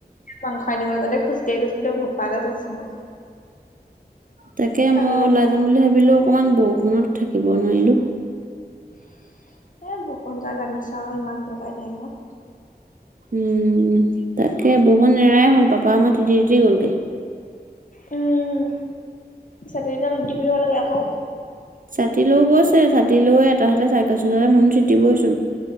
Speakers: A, on the left; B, on the right.
A: মাংস আনিবলৈ যাতে খোজকাঢ়ি গৈছো তেওঁগোপা গছ আছে মোলে।
B: তাকে
A: চালেও
B: মই ওলাই
A: পাই
B: যাম বুলি ভাবিলো অকনমান বৰষুনত থাকিব নোৱাৰিলো।
A: এ বৰষূণজাক জানিছাও ইমান দকাই টাইমত।
B: উম তাকে বৰষূণ নেৰায় হ'ল পাপা আমাৰ তিতি - তিতি গ'লগে।
A: উম, ছাতি এডাল দি পিব লাগে আকৌ।
B: ছাতি লৈ গৈছে, ছাতি লৈ এটা হাতে চাইকেল চলালে মনো তিতিবচোন।